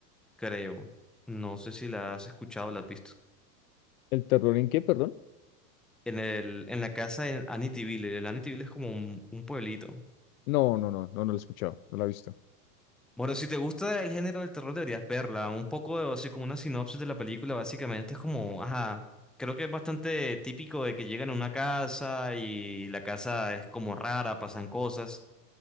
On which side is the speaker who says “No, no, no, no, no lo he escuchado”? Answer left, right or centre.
Left